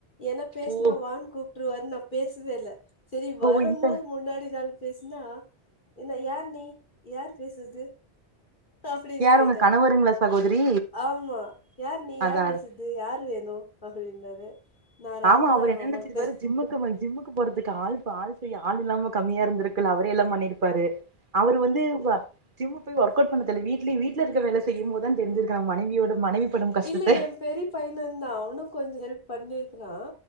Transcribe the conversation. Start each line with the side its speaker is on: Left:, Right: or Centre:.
Left: ஏனா பேசுனா
Right: ஓ
Left: வான் கூப்ட்டுருவாருனு நா பேசவேல்ல செரி வரமோது
Right: ஓ இந்த
Left: முன்னாடி நாள் பேசுனா இன்னா யார் நீ யார் பேசுரது அப்டின்னு
Right: யாரு
Left: கேட்டாரு
Right: உங்க கணவருங்களா சகோதரி
Left: ஆம்மா யார் நீ
Right: அதா
Left: யார் பேசுரது
Right: அது
Left: இது யாரு வேணு‌ அப்டின்னாரு நா ராகுல்
Right: ஆம்மா அவரு
Left: அவங்க
Right: என்னா
Left: அம்மா
Right: நெனச்சிருப்பாரு
Left: பே
Right: ஜிம்முக்கு ஜிம்முக்கு போறதுக்கு ஆள்ப்பு ஆள் செய்ய ஆள் இல்லாம கம்மியா இருந்திருக் கல அவரெ எல்லா பண்ணிருப்பாரு அவரு வந்து வா ஜிம்முக்கு போய் ஒர்க் அவுட் பண்ணணு தோழி வீட்லே வீட்ல இருக்க வேல செய்ய மோதா தெரிஞ்சிருக்கு மனைவி மனைவியோட படும் கஷ்டத்த
Left: இல்ல ஏ பெரிய பையனுந்தா அவனு கொஞ்சோ ஹெல்ப் பண்ணிருக்றா